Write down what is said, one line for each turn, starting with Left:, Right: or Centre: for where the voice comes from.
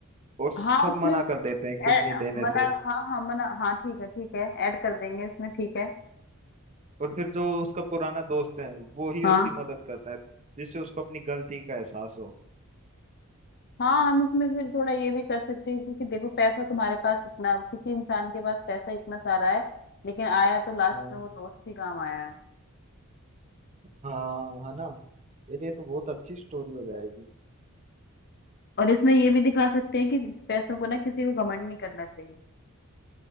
Right: और सब
Left: हाँ उसमें
Right: मना
Left: हम
Right: कर देते हैं किडनी
Left: ए-
Right: देने
Left: मना
Right: से
Left: हाँ हाँ मना हाँ ठीक है ठीक है ऐड कर देंगे इसमें ठीक है
Right: और फिर जो उसका पुराना दोस्त है वो ही
Left: हाँ
Right: उसकी मदद करता है जिससे उसको अपनी गलती का एहसास हो
Left: हाँ हम इसमें फिर थोड़ा ये भी कर सकते हैं क्योंकि देखो पैसा तुम्हारे पास इतना किसी इंसान के पास पैसा इतना सारा है लेकिन आया तो लास्ट
Right: हाँ
Left: में वो दोस्त ही काम आया है
Right: हाँ, है ना यार ये तो बहुत अच्छी स्टोरी हो जाएगी
Left: और इसमें ये भी दिखा सकते हैं कि पैसों को ना किसी को घमंड नहीं करना चाहिए